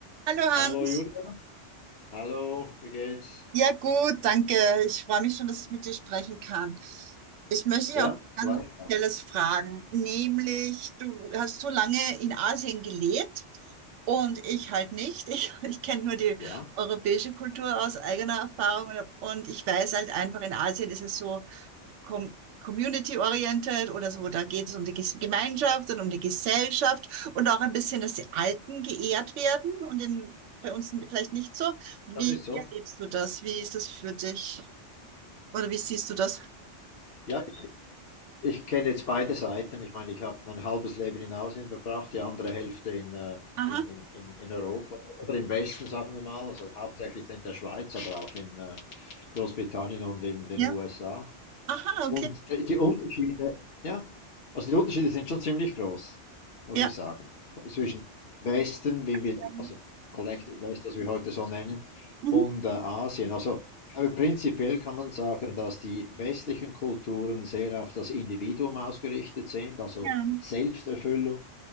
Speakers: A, on the right; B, on the left.
A: Hallo Hans.
B: Hallo Julia, hallo, wie geht's?
A: Ja gut, danke. Ich freue mich schon, dass ich mit dir sprechen kann. Ich möchte dich
B: Ja,
A: auch ganz
B: gleich.
A: spezielles fragen, nämlich du hast so lange in Asien gelebt und ich halt nicht. <laughs> Ich, ich kenne nur die
B: Ja,
A: europäische Kultur aus eigener Erfahrung und, und ich weiß halt einfach, in Asien ist es so, com community-oriented oder so, da geht es um die Gemeinschaft und um die Gesellschaft und auch ein bisschen, dass die Alten geehrt werden und in, bei uns vielleicht nicht so. Wie,
B: das ist so.
A: wie erlebst du das? Wie ist das für dich? Oder wie siehst du das?
B: Ja, ich, ich kenne jetzt beide Seiten. Ich meine, ich habe mein halbes Leben in Asien verbracht, die andere Hälfte in, äh,
A: Aha,
B: in, in, in in Europa oder im Westen, sagen wir mal. Also hauptsächlich in der Schweiz, aber auch in äh, Großbritannien und in den
A: ja.
B: USA.
A: Aha,
B: Und
A: okay.
B: die die Unterschiede, ja, also die Unterschiede sind schon ziemlich groß, muss
A: Ja.
B: ich sagen. Zwischen Westen, wie
A: Ja.
B: wir, also Collective West, was wir heute so nennen,
A: Mhm.
B: und äh, Asien. Also, aber prinzipiell kann man sagen, dass die westlichen Kulturen sehr auf das Individuum ausgerichtet sind, also
A: Ja.
B: Selbsterfüllung.